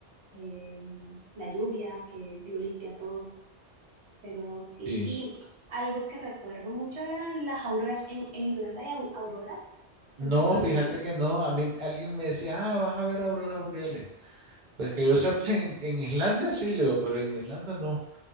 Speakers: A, on the right (about 75°); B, on the right (about 45°).
A: eh, la lluvia que lo limpia todo. Pero sí,
B: sí.
A: y algo que recuerdo mucho eran las auroras. En, en Irlanda hay au- auroras.
B: No,
A: ¿Has visto alguna?
B: fíjate que no. A mí alguien me decía, ah, vas a ver auroras boreales. Pues que yo sepa, en, en Islandia sí, Leo, pero en Irlanda no.